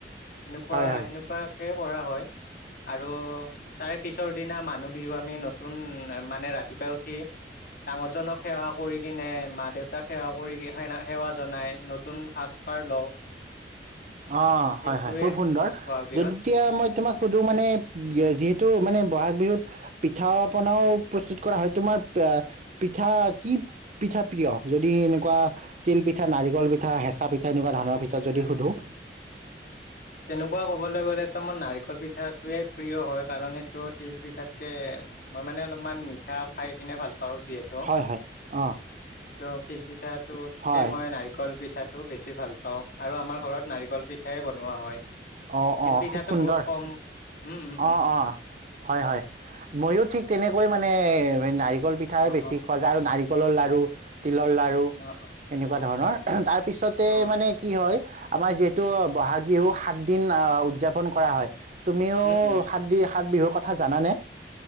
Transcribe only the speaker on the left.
এনেকুৱা
সেনেকুৱাই এ কৰা হয়। আৰু, তাৰে পিছত পিছৰ দিনা মানুহ বিহু আমি নতুন মানে ৰাতিপুৱাই উঠি ডাঙৰজনক সেৱা কৰি কিনে মা দেউতাক সেৱা কৰি সে সেৱা জনাই। নতুন সাজপাৰ লওঁ।
সেইটোৱে
বহাগ বিহুত
তিল
পিঠা
না তেনেকুৱা কবলে গ'লেতো মোৰ নাৰিকল পিঠাতোৱে প্ৰিয় হয়, কাৰণ এইটো তিল পিঠাতকে, মই মানে অলপমান মিঠা খাই কিনে ভাল পাওঁ। পাওঁ যিহেতু।
এইটো তিল পিঠটোতকে
মই নাৰিকল পিঠাত। টো বেছি ভাল। অ আৰু আমাৰ ঘৰত নাৰিকল পিঠাই ব। বনোৱা হয়।
তিল
পিঠাটো
বহুত কম উম উম উম
অ
অ
অ', অ',
অ',
উম, উম,